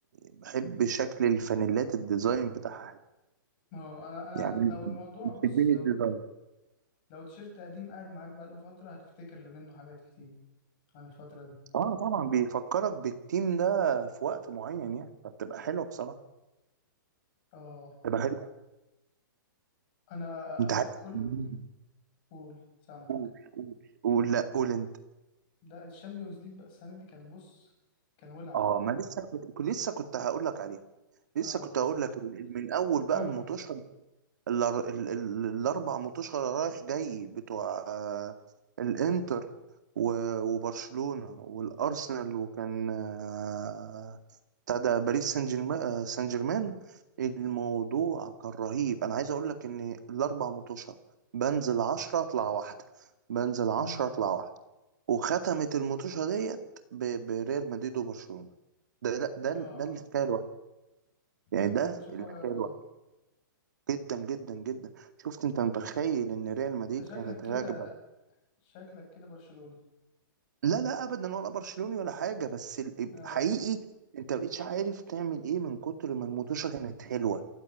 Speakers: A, on the right (about 55°); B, on the left (about 25°).
A: بحب شكل الفانيلات الديزاين بتاعها حلو
B: ما هو انا انا
A: يعني
B: لو الموضوع
A: بتشدني
B: بص لو
A: الديزاين
B: لو تيشيرت قديم قاعد معاك بقاله فتره هتفتكر منه حاجات كتير عن الفتره دي
A: اه طبعا بيفكرك بالتيم ده في وقت معين يعني فبتبقى حلوه بصراحه
B: اه
A: بتبقى حلوه
B: انا
A: انت عارف
B: كل
A: مم.
B: قول سامعك
A: قول قول قول لا قول انت
B: ده الشامبيونز ليج بقى السنة دي كان بص كان ولع
A: اه ما لسه كنت لسه كنت هقول لك عليها لسه
B: اه والله
A: كنت هقول لك ال- من اول
B: فكرنا
A: بقى الموتوشه الأر- ال- ال- الاربع متوشة رايح جاي بتوع آه، الانتر و- وبرشلونة والارسنال وكان آه، بتاع ده باريس سان جيرمان آه، سان جيرمان الموضوع كان رهيب انا عايز اقول لك ان الاربع متوشة بنزل عشرة اطلع واحدة بنزل عشرة
B: امم
A: اطلع واحدة وختمت المتوشة ديت ب- بريال مدريد وبرشلونة ده ده ده,
B: اه
A: ده الحكاية الواحدة يعني
B: ده
A: ده
B: كان ماتش قوي
A: الحكاية
B: قوي
A: الواحدة
B: اه
A: جدا جدا جدا شفت انت متخيل ان ريال مدريد
B: ده شكلك
A: كانت
B: كده
A: راكبه
B: شكلك كده برشلوني
A: لا لا ابدا ولا برشلوني ولا حاجه بس ال-
B: اه
A: حقيقي انت مبقتش عارف تعمل ايه من كتر ما المطوشه كانت حلوه